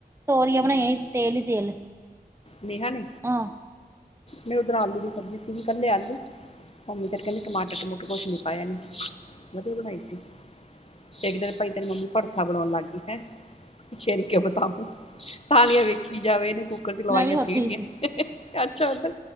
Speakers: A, on the right; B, on the left.
A: ਤੋਰੀਆਂ ਬਣਾਈਆਂ ਸੀ ਤੇਲ ਹੀ ਤੇਲ
B: ਨੇਹਾ ਨੇ,
A: ਆਹ
B: ਮੈਂ ਉਧਰ ਆਲੂ ਦੀ ਸਬਜ਼ੀ ਸੀਗੀ ਕੱਲੇ ਆਲੂ ਮੰਮੀ ਤੇ ਕਹਿੰਦੀ ਟਮਾਟਰ -ਟਮੂਟਰ ਕੁਛ ਨੀ ਪਾਇਆ ਵਧੀਆ ਬਣਾਈ ਸੀ। ਇੱਕ ਦਿਨ ਭਾਈ ਤੇਰੀ ਮੰਮੀ ਭਰਤਾ ਭਰਤਾ ਬਣਾਉਣ ਲੱਗ ਗਈ ਹੈਂ। ਛਿਲ ਕੇ ਬਤਾਊ ਤਾਲੀਆਂ ਵੇਖੀ ਜਾਵੇ ਇਹਨ ਕੁੱਕਰ 'ਚ ਲਵਾਈਆਂ
A: ਮੈਂ ਵੀ ਉੱਥੇ
B: ਸੀਟੀਆਂ
A: ਹੀ ਸੀ
B: ਅੱਛਾ ਉੱਧਰ